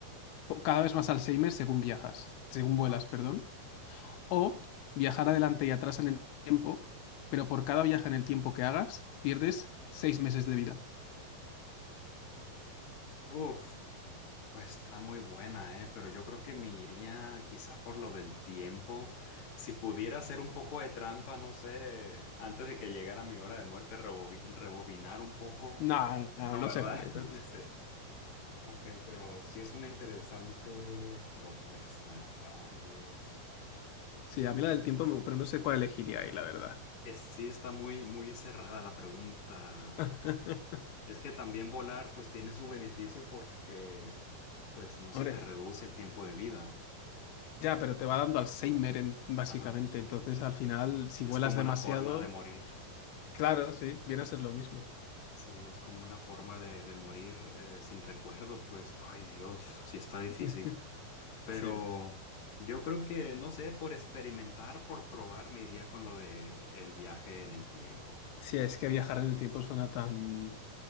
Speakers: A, on the left; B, on the left.
A: po- cada vez más Alzheimer según viajas, según
B: Wow.
A: vuelas, perdón. O viajar adelante y atrás en el tiempo, pero por cada viaje en el tiempo que hagas, pierdes seis meses de vida.
B: Uf, pues está muy buena, eh, pero yo creo que me iría quizá por lo del tiempo. Si pudiera hacer un poco de trampa, no sé, antes de que llegara mi hora de muerte, rebobi- rebobinar un poco
A: No, no,
B: No,
A: no
B: ¿verdad?
A: se vale. <laughs>
B: <laughs> Sí. Ok, pero sí es una interesante propuesta. Ay, Dios.
A: Sí, a
B: Pues
A: mí la
B: Yo,
A: del tiempo, me- pero no sé cuál elegiría ahí, la verdad.
B: es- sí está muy, muy cerrada la pregunta.
A: <laughs>
B: Es que también volar, pues tiene su beneficio porque, pues no
A: Hombre,
B: se te reduce el tiempo de vida.
A: ya, pero te va dando Alzheimer, en- básicamente.
B: Ajá.
A: Entonces, al final, si vuelas
B: Es como
A: demasiado,
B: una forma de morir.
A: claro, sí, viene a ser lo mismo.
B: Sí, es como una forma de, de morir eh, sin recuerdos, pues, ay, Dios, sí está
A: <laughs>
B: difícil. Pero
A: Sí.
B: yo creo que, no sé, por experimentar, por probar, me iría con lo de el viaje en el tiempo.
A: Sí, es que viajar en el tiempo suena tan,